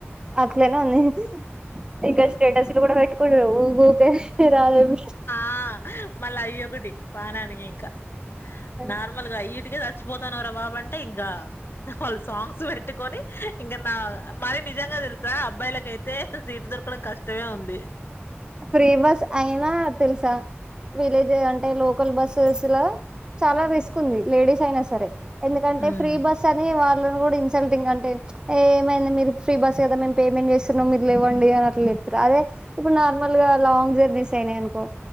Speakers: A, on the right (about 20°); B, on the left (about 60°).
A: అట్లనే ఉంది ఇంక స్టేటస్లు గూడా పెట్కొ ఊఊకే <unintelligible>
B: ఆ మళ్ళా అయ్యొకటి పానానికి ఇంకా
A: అ
B: నార్మల్ గా ఈటికే చచ్చిపోతాన్నాం రా బాబ అం అంటే ఇంగా వాళ్ళు సాంగ్స్ పెట్టుకొని ఇంకా నా మైం నిజంగా దెలుసా అబ్బాయిలకైతే సీటు దొరకడం కష్టమే ఉంది
A: ఫ్రీ బస్ అయినా తెలుసా విలేజ్ అంటే లోకల్ బస్సెస్ లో చాలా రిస్క్ ఉంది లేడీస్ అయినా సరే ఎందుకంటే
B: ఉమ్
A: ఫ్రీ బస్ అని వాళ్ళ ఇన్సల్టింగ్ అంటే ఏమ మీరు ఫ్రీ బస్ కదా మేము పేమెంట్ చేస్తున్నాం మీరు లేవ్వండి అని అట్లేదు అదే ఇప్పుడు నార్మల్ గా లాంగ్ జర్నీస్ అయినాయి అనుకో